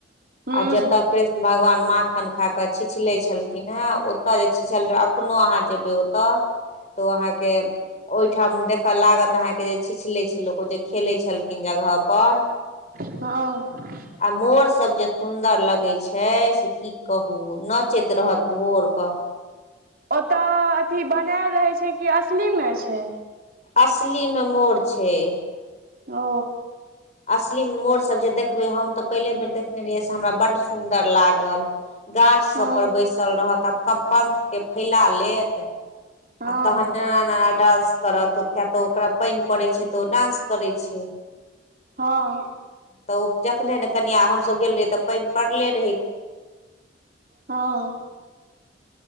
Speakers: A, on the right; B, on the left.
A: ह
B: आ जत कृष्ण भगवान माखन खाकऽ छीचलै छलखिन हँ ओतऽ जे छीचलबै एखनोहु अहाँ जेबै ओतऽ
A: <unintelligible>
B: तऽ ओ अहाँ के ओहिठाम देखऽ लागत अहाँ के जे छिचले छै लोको अउते जे खेलै छलखिन जगह पर
A: हँ
B: आ मोर सब जे सुंदर लगे छै से की कहू नच चैत रहत भोरक
A: ओतय अथी बनायल रहै छै कि असलीमे छै
B: असली मे मोर छै
A: ओ
B: असलीमे मोड़ सब जे देखबे हम तऽ पहिले बेर देखने रहियै से हमरा बड्ड सुंदर लागल गाछ सब
A: हँ
B: पर बैसल रहत आ पपर के फैला लेत
A: हँ
B: आ तखन आना आना डांस करत किया तऽ ओकरा पानि पड़ैत छै तऽ ओ डान्स करैत छै
A: हँ
B: तऽ ओ जखने ने कनिया हमसभ गेल रहे तऽ पानि पड़ले रहै
A: हँ